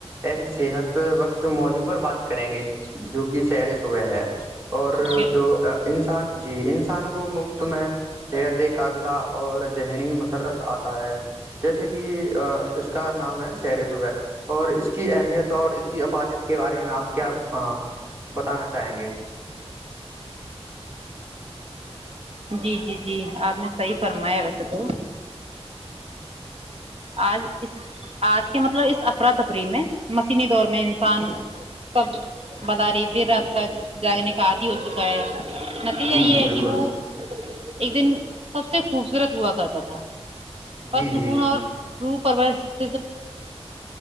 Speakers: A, on the right; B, on the right.
A: ایسے صحت وقت موجوب پر بات کریں گے جو کہ سیر صبح ہے اور
B: بالکل
A: جو انسان جی انسان کو مفت ت میں یہتی قابلاہ اور ذہنی م رت آتا ہے جیسے کہ اس کا نام ہے سیر صبح اور اس کی اہمیت اور اس کی اپادیت کے بارے میں آپ کیا بتانا چاہیں گے
B: جی جی جی جی آپ نے صحیح فرمایا ویسے تو آج اس آج کے مطلب اس افراتفری میں مشینی دور میں انسان سب <unintelligible> <inaudible>
A: جی بالکل
B: <inaudible>
A: جی جی جی
B: <inaudible>